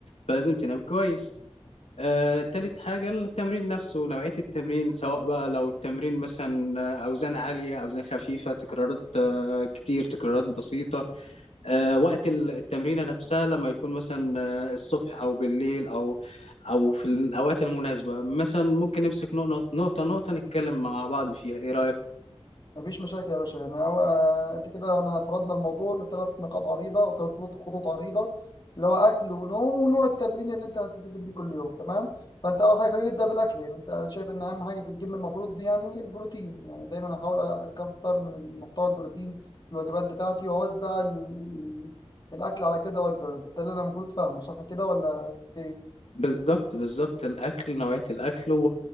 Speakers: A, on the left; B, on the left.
A: فلازم تنام كويس آه، تالت حاجة التمرين نفسه نوعية التمرين سواء بقى لو التمرين مثلا آه، أوزان عالية أوزان خفيفة تكرارات آه، كتير تكرارات بسيطة آه، وقت ال- التمرينة نفسها لما يكون مثلا آه، الصبح أو بالليل أو أو في الأوقات المناسبة مثلا ممكن نمسك نقطة نقطة نقطة نتكلم مع بعض فيها إيه رأيك؟
B: مفيش مشاكل يا باشا يعني أول آه، أنت كده أنا فرضنا الموضوع لثلاث نقاط عريضة أو ثلاث خطوط خطوط عريضة اللي هو أكل ونوم ونوع التمرين اللي أنت هتلتزم بيه كل يوم تمام فأنت أول حاجة خلينا نبدأ بالأكل يعني أنت أنا شايف إن أهم حاجة في الجيم المفروض دي يعني البروتين يعني دايما أحاول أكتر من المحتوى البروتين في الوجبات بتاعتي وأوزع ال- الأكل على كذا وجبة ده اللي أنا المفروض فاهمه صح كده ولا إيه؟
A: بالظبط بالظبط الاكل نوعيه الاكل و...